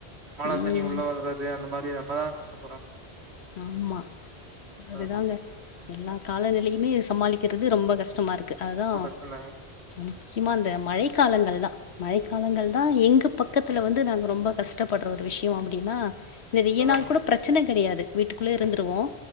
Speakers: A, on the right (about 75°); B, on the left (about 75°).
A: மழ
B: ம்
A: தண்ணி உள்ள வர்றது அந்த மாரி அப் நம்மதா கஷ்டப்பட்றோ
B: ஆமா அதுதாங்க
A: ஆ
B: எல்லா காலநிலையுமே சமாளிக் கிறது ரொம்ப கஷ்டமாருக் கு அதுதா
A: ரொம்ப கஷ்டந்தாங்க
B: முக்கியமா இந்த மழை காலங்கள் தா மழை காலங்கள் தா எங்க பக்கத்துல வந்து நாங்க ரொம்ப கஷ்டப்படுற ஒரு விஷயோ அப்டினா இந்த வெய்ய
A: அதா
B: நாள் கூட ப்ரச்சன கெடையாது வீட்டுக்குள்ளே இருந்துருவோ